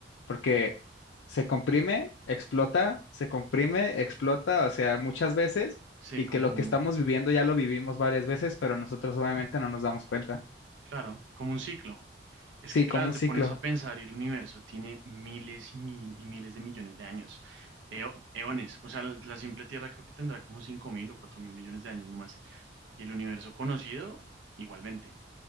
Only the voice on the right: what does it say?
sí,
como
un,
claro, como un ciclo. Es
que, claro,
te
pones a pensar y el universo tiene miles y, mil, y miles de millones de años, eo- eones. O sea, la simple Tierra creo que tendrá como cinco mil o cuatro mil millones de años nomás. Y el universo conocido, igualmente.